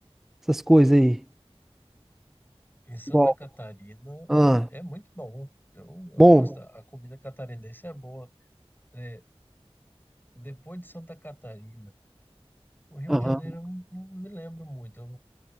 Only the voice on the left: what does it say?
Em Santa
Catarina
é muito bom. Eu, eu
gosto. da- A comida catarinense é boa. É, depois de Santa Catarina, o Rio
de Janeiro eu não não me lembro muito. Eu